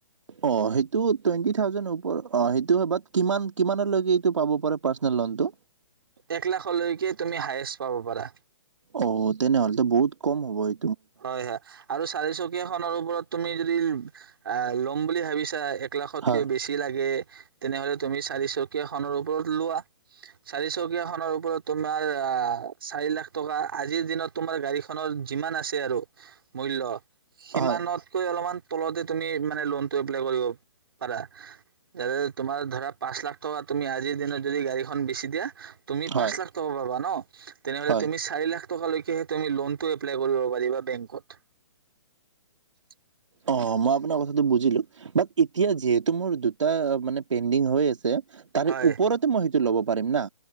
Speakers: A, on the right; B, on the right.
A: অ', সেইটো টুৱেণ্টি থাউজেণ্ড ওপ, অ, সেইটো হয়, বাত কিমান? কিমানলৈকে এইটো পাব পাৰো এইটো পাৰ্চনেল ল'নটো?
B: এক লাখলৈকে <unintelligible> পাব পাৰা।
A: অ', তেনেহ'লেতো বহুত কম হ'ব এই
B: হয়, হয়, আৰু চা চাৰিচকীয়া খনৰ ওপৰত তুমি যদি আ, ল'ম বুলি ভাবিছা, এক এক লাখতকৈ
A: হয়
B: বেছি লাগে তেনেহ'লে তুমি চাৰিচকীয়া খনৰ ওপৰত লোৱা, চাৰিচকীয়াখনৰ ওপৰত তোমাৰ আ, চাৰি লাখ টকা আজিৰ দিনত তোমাৰ গাড়ীখনৰ যিমান আছে <unintelligible> আৰু মূল্য সিমানতকৈ
A: হয়
B: অলমান তলতে তুমি মানে ল'ন টো এপ্লাই কৰিব পাৰা, এ তোমাৰ ধৰা পাঁচ লাখ টকা তুমি আজিৰ দিনত যদি গাড়ীখন বেছি দিয়া তুমি পাঁচ
A: হয়
B: লাখ টকা পাবা ন? তেনেহলে
A: হয়
B: তুমি চাৰি লাখ- থকা লৈকে তুমি লোন টো এপ্লাই কৰিব পাৰিবা বেংকত <inaudible>
A: অ মই আপোনাৰ কথাটো বুজিলো, বাট এতিয়া যিহেতু মোৰ দুটা মানে পেণ্ডিং হৈ আছে তাৰে
B: হয়।
A: ওপৰতে মই সেইটো ল'ব পাৰিম না?